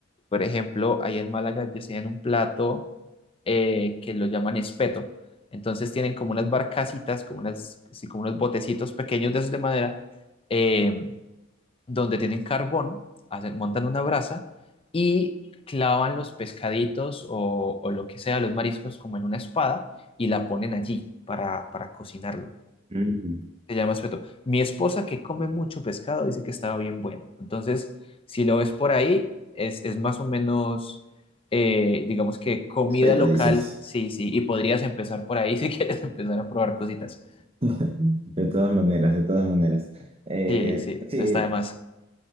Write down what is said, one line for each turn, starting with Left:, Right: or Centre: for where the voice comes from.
Left: por ejemplo, ahí en Málaga yo sé en un plato eh, que lo llaman espeto. Entonces tienen como unas barcasitas, como unas, sí, como unos botecitos pequeños de esos de madera. eh, donde tienen carbón, hacen- montan una brasa y clavan los pescaditos o, o lo que sea, los mariscos, como en una espada y la ponen allí para, para cocinarlo.
Right: ay. Mm.
Left: Se llama espeto. Mi
Right: eh,
Left: esposa, que come mucho pescado, dice que estaba bien bueno. Entonces, si lo ves por ahí, es, es más o menos, eh, digamos que comida
Right: Respeto,
Left: local,
Right: dices.
Left: sí, sí, y podrías empezar por ahí <laughs> si quieres empezar a probar cositas.
Right: <laughs> De todas maneras, de todas maneras. Eh,
Left: Sí, sí,
Right: sí.
Left: no está de más.